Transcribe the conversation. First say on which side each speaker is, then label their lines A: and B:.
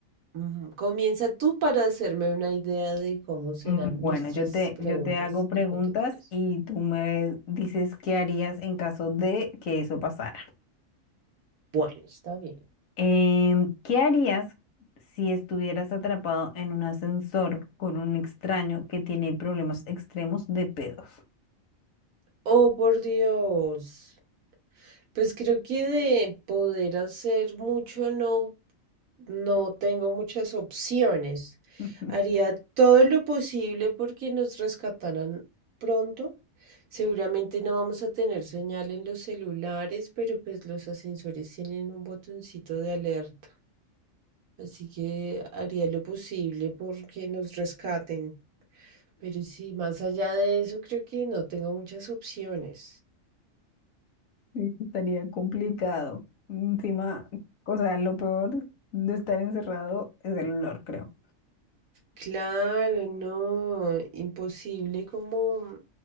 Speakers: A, on the right; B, on the left.
A: mm, comienza tú para hacerme una idea de cómo serán
B: mm, bueno,
A: nuestras
B: yo te,
A: preguntas
B: yo te hago preguntas
A: hipotéticas.
B: y tú me dices qué harías en caso de que eso pasara.
A: Bueno, está bien.
B: Em, ¿qué harías si estuvieras atrapado en un ascensor con un extraño que tiene problemas extremos de pedos?
A: Oh, por Dios. Pues creo que de poder hacer mucho no No tengo muchas opciones.
B: <laughs>
A: Haría todo lo posible porque nos rescataran pronto. Seguramente no vamos a tener señal en los celulares, pero pues los ascensores tienen un botoncito de alerta. Así que haría lo posible porque nos rescaten. Pero sí, más allá de eso, creo que no tengo muchas opciones.
B: Sí, estaría complicado. Encima, o sea, lo peor de estar encerrado es el olor, creo.
A: Claro, no, imposible como